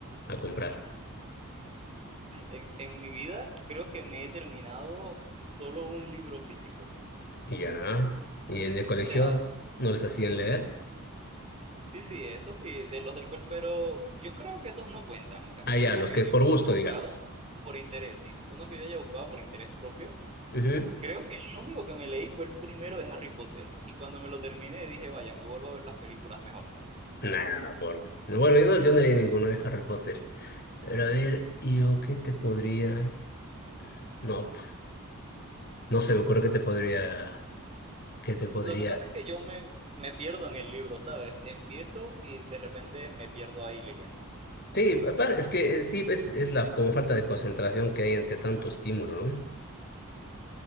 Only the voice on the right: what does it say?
En, en mi vida creo que me he terminado solo un libro físico. O
sea, Bueno,
sí, sí, eso sí, de los del cual, pero yo creo que esos no cuentan. O sea,
libros
que
yo he
buscado
por interés, sí, sí. Uno que yo haya buscado por interés propio.
Creo que el único que me leí fue el primero de Harry Potter. Y cuando me lo terminé dije, vaya, me vuelvo a ver las películas mejor.
Lo que pasa es que yo me, me pierdo en el libro, ¿sabes? Empiezo y de repente me pierdo ahí leyendo.